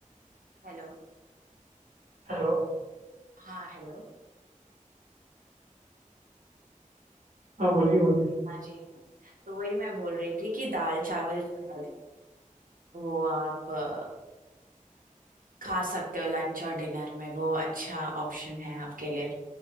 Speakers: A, on the right (about 85°); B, on the right (about 65°).
A: हेलो
B: हेलो
A: हाँ हेलो
B: हाँ बोलिए बोलिए
A: हाँ जी तो वही मैं बोल रही थी कि दाल चावल जो है वो आप अ, खा सकते हो लंच और डिनर में वो अच्छा ऑप्शन है आपके लिए